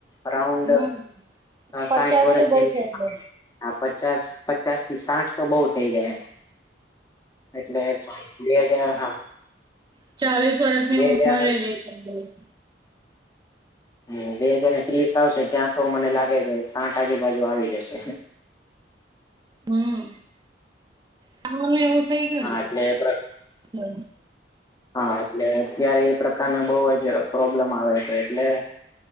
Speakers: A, on the left; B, on the right.
A: અરાઉન્ડ
B: હમ પચાસ
A: સાહીઠ વર્ષ
B: તો બઉ
A: જેવી
B: થઈ જાય
A: હા પચાસ પચાસ થી સાઠ તો બહુ થઈ જાય. એટલે બે હજાર હા
B: પછી <unintelligible> ચાલીસ વર્ષની
A: બે
B: ઉંમરે
A: હજાર
B: એ થઈ જાય છે.
A: હ બે હાજારને ત્રીસ આવશે ત્યાં તો મને લાગે છે સાઠ આજુબાજુ આવી જશે.
B: હમ ખવાન એવું થઈ ગયું
A: હા એટલે
B: ને.
A: હા એટલે અત્યારે એ પ્રકારના બહ જ પ્રોબ્લેમ આવે છે એટલે